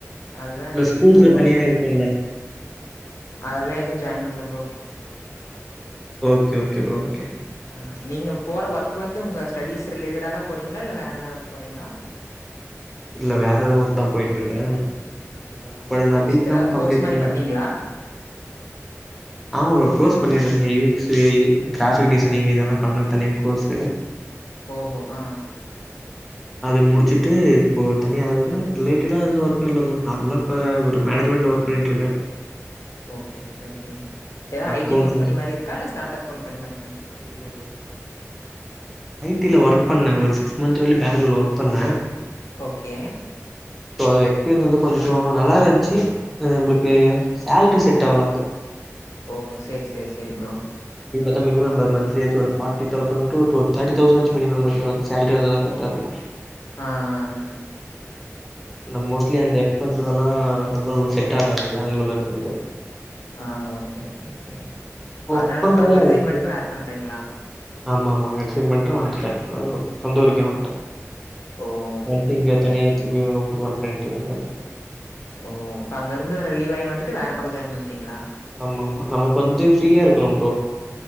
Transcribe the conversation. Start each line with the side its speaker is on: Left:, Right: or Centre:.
Left: அதுதா
Centre: இல்ல
Left: டெய்லி
Centre: ஸ்கூல்ஸ்ல
Left: டூ அவர்ஸ்
Centre: தனியா
Left: வந்து
Centre: இருக்குல்ல
Left: அதெல்லா எதுவும் ஜாயின் பண்ணல bro
Centre: okay okay bro okay
Left: அ நீங்க போற ஒர்க் வந்து உங்க ஸ்டடீஸ் ரிலேட்டடாதா போறீங்களா இல்ல வேற எதாவ்து போறீங்களா
Centre: இல்ல வேற எதோ ஒர்க்தா போயிட்டு இருக்கே <unintelligible>
Left: ஓ!
Centre: நா பி காம்
Left: ஏதாவது
Centre: கம்ப்ளிட்
Left: கோர்ஸ் மாரி
Centre: பண்ணிருந்த
Left: பண்ணீங்களா?
Centre: ஆமா ப்ரோ கோர்ஸ் பண்ணிருக்க <unintelligible> பேயி கிராஃபிக் டிசைனிங் இதெல்லா பண்ணற தனியா கோர்ஸ்
Left: ஓஹோ ஆஹ்
Centre: அத முடிச்சுட்டு இப்போ தனியா அத விட ரிலேட்டடா எந்த ஒர்க்கும் இல்லை ப்ரோ நார்மலா இப்போ ஒரு மேனேஜ்மெண்ட்ல ஒர்க் பண்ணிட்டு இருக்க
Left: ஓகே ஓகே ஓகே எதா
Centre: accounts
Left: I T company
Centre: and
Left: மாரி இருக்கா இல்ல ஸ்டார்ட்அப் கம்பெனி மாரி பண்ணிட்டு இருக்கீங்ளா
Centre: இல்ல டில ஒர்க் பண்ண ஒரு சிக்ஸ் மந்த் வர்லு பேங்களூர்ல ஒர்க் பண்ண
Left: ஓகே.
Centre: இப்போ எக்ஸ்பீரியன்ஸ் வந்து கொஞ்சோ நல்லா இருந்துச்சு நம்மளுக்கு சேலரி செட் ஆவுல அங்க
Left: ஓ செரி செரி செரி ப்ரோ
Centre: இந்த மினிமம் நம்பர் மந்த்லியாச்சு ஒரு ஃபாட்டி தௌஸன் டு டுவ த்ர்ட்டி தௌஸனாச்சும் மினிமம் வந்து சேலரி வந்தாதா கரெக்டா இருக்கு
Left: ஆஹ் ஹ்ஹ்
Centre: நம் மோஸ்லி அந்த எக்ஸ்பென்சசெல் அஹ் ரொம்ப ரொம்ப செட் ஆகாது பெங்களூர்ல இருக்கிறது
Left: ஆஹ் ஓகே ஓகே ஓகே அதனாலப்ப
Centre: ஒர்க் பண்றதெல்லாம்
Left: அங்க ரிசைன்
Centre: ஓகே.
Left: பண்ணிட்டு வேற பண்றீங்ளா
Centre: ஆமாமா. ரிசைன் பண்ணிட்டு நா வந்துட்ட சொந்த ஊருக்கே வண்ட
Left: ஓ! ஓகே,
Centre: வண்ட்டு
Left: ஓகே
Centre: இங்க
Left: ப்ரோ.
Centre: தனியா திரிப்பியு ஒர்க் பண்ணிட்டுருக்க எதாச்சு
Left: ஓ இப்ப அங்க இருந்து ரிலீவ் ஆயி வந்துட்டு வேற பக்கோ ஜாயின் பண்ணிட்டீங்ளா
Centre: ஆமாமா. நமக்கு வந்து ஃப்ரீயா இருக்கணும் ப்ரோ